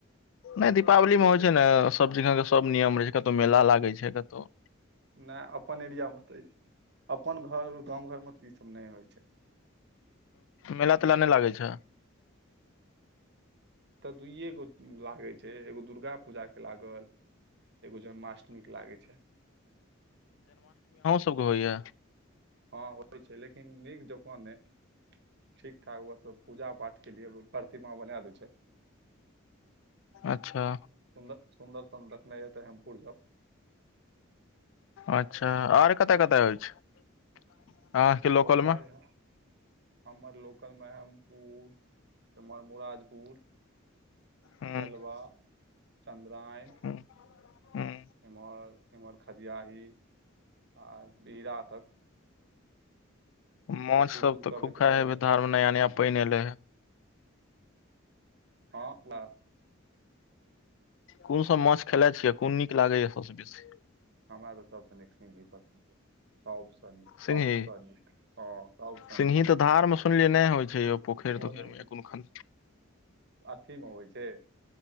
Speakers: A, on the left (about 65°); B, on the right (about 55°).
A: नहि दीपावलीमे होइ छै ने सभ जगह के सब नियम रहै छै कतहु मेला लागै छै कतहु
B: नहि अपन एरियामे तऽ अपन घर गामव घरमे तऽ इसभ नहि होइ छै
A: मेला तेला नहि लागै छै
B: दुूइए गो लागे छै एगो दुर्गा पूजा के लागल एगो जन्माष्टमी के लागै छै
A: होय
B: हँ होइ छै लेकिन नीक जकाँ नहि ठीक ठाक ओएहसभ पूजा पाठके लिए प्रतिमा बना दै छै सुन्दर
A: अच्छा
B: सुन्दर सन रखने यए तऽ हैमपुर जाब
A: अच्छा आर कतय कतय होइ छै अहाँके लोकल
B: उर
A: मे
B: य हमर लोकल मे ुर एमहर मराजपुर
A: हूँ
B: तेलबा नराइन
A: हूँ हूँ
B: एम्हर एमहर खदियाही आ बिहरा तक
A: माछ
B: बेसी
A: सब
B: दूर
A: तऽ
B: कहबै
A: खूब खाइ
B: करणपुर
A: हे धार मे नया नया पानि एले हे
B: हँ क
A: कोन सभ माछ खेलाइत छियै कोन नीक लागैए सभसँ बेसी
B: हमरा तऽ सबसँ नीक सिी पस सबसँ नीक
A: सिंगही
B: सबसँ नीक सभसँ
A: सिंही
B: नीक
A: तऽ धारमे सुनलियै नहि होइ छै यौ पोखरि
B: ओ
A: तोखरिमेा
B: नहि
A: कोन ख
B: अठीमे होइ छैय,